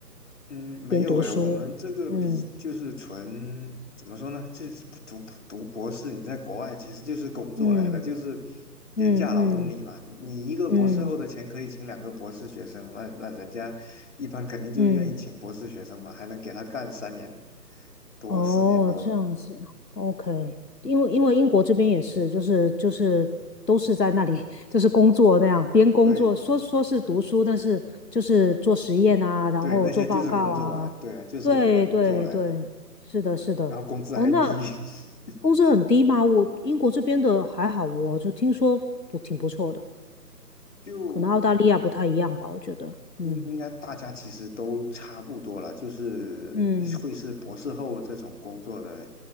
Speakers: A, on the left; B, on the left.
A: 嗯，没有诶，
B: 边读书，
A: 我们这个比就是纯怎么说呢？
B: 嗯
A: 就是读读博士，你在国外其实就是工作来的，
B: 嗯
A: 就是廉价劳动力嘛。
B: 嗯嗯
A: 你一个博士后的钱可以请两个博士学生，
B: 嗯
A: 那那人家一般肯定就愿意请博士学生嘛，
B: 嗯，
A: 还能给他干三年多、
B: 哦，
A: 四年多。
B: 这样子，OK，因为因为英国这边也是，就是就是都是在那里就是工作那样，边工作说说是读书，
A: 对
B: 但是就是做实验啊，然后做报告啊，
A: 对，那些就是工作啊，对啊，就是我们的工作来的，
B: 对对对，是的是的，
A: 然后工资还低。
B: 哦，那
A: <laughs>
B: 工资很低吗？我英国这边的还好哦，我就听说不挺不错的，
A: 就
B: 可能澳大利亚不太一样吧，我觉得，嗯。
A: 应应该大家其实都差不多了，就是会是博士后这种工作的，
B: 嗯